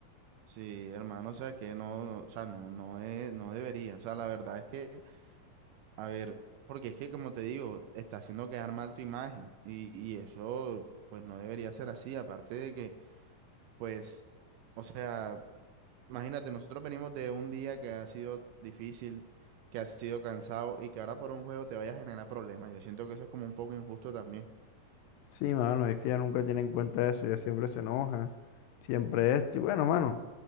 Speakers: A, on the right; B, on the left.
A: Sí, hermano, o sea, que no, no, o sea, no, no es, no debería. O sea, la verdad es que A ver, porque es que como te digo, está haciendo quedar mal tu imagen y, y eso pues no debería ser así, aparte de que pues, o sea, imagínate, nosotros venimos de un día que ha sido difícil, que ha sido cansado y que ahora por un juego te vaya a generar problemas. Yo siento que eso es como un poco injusto también.
B: Sí, mano, es que ella nunca tiene en cuenta eso, ella siempre se enoja, siempre esto, y bueno, mano,